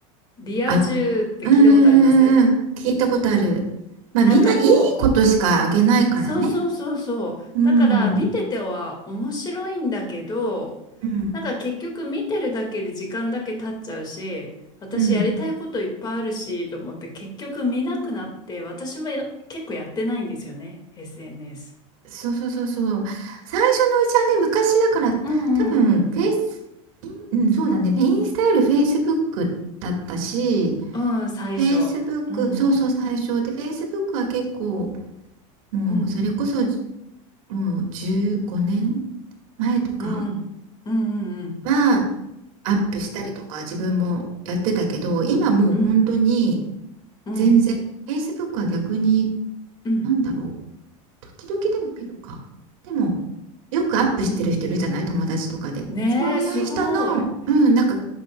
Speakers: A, on the left; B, on the right.
A: リア充って聞いたことあります
B: あ、うんうんうんうん。聞いたことある。まあみんないいことしかあげないからね。
A: なんかこう、そうそうそうそう。
B: うん。
A: だから見てては面白いんだけど、
B: うん
A: なんか結局見てるだけで時間だけ経っちゃうし、私やりたいこといっぱいあるし、
B: うん
A: と思って結局見なくなって、私もや結構やってないんですよね、SNS。
B: そうそうそうそう最初のうちはね昔だから多分フェイス
A: うんうんうん。
B: インうんそうだねインスタよりフェイスブックだったし
A: うん、最初。
B: フェイスブックそうそう最初でフェイスブックは結構
A: うん、
B: もうそれこそ
A: うん、
B: もう15年前とか
A: うん、うん、うん、
B: はアップしたりとか自分もやってたけど今もう本当に
A: うん、うん、
B: 全然フェイスブックは逆に
A: うん、うん。
B: なんだろう時々でも見るか。でも、よくアップしてる人いるじゃない友達とかで。
A: うんねえ、
B: そういう人の、
A: すごい。
B: うん、なんか、